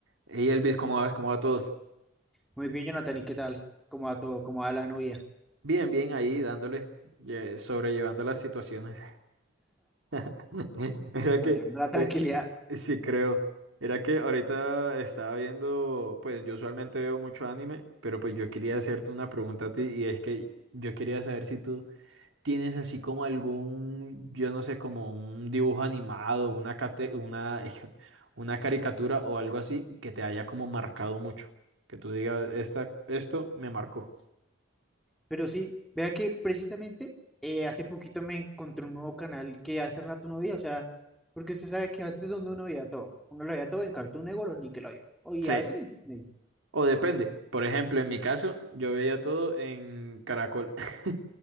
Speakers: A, on the right; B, in the centre.
A: Y Elvis, ¿cómo vas? ¿Cómo va todo?
B: Muy bien, Jonathan, ¿y qué tal? ¿Cómo va todo? ¿Cómo va la novia?
A: Bien, bien, ahí dándole, lle- sobrellevando las situaciones. <laughs> Mira
B: Manejando
A: que,
B: la tranquilidad.
A: eh, sí creo, era que ahorita estaba viendo, pues yo usualmente veo mucho anime, pero pues yo quería hacerte una pregunta a ti y es que yo quería saber si tú tienes así como algún, yo no sé, como un dibujo animado, una, cate- una, <laughs> una caricatura o algo así que te haya como marcado mucho, que tú digas, esta, esto me marcó.
B: Pero sí, vea que precisamente eh, hace poquito me encontré un nuevo canal que hace rato no veía, o sea, porque usted sabe que antes donde uno veía todo, uno lo veía todo en Cartoon Network o Nickelodeon, o y
A: Sí.
B: a veces en, en-
A: O depende. Por ejemplo, en mi caso, yo veía todo en Caracol. <laughs>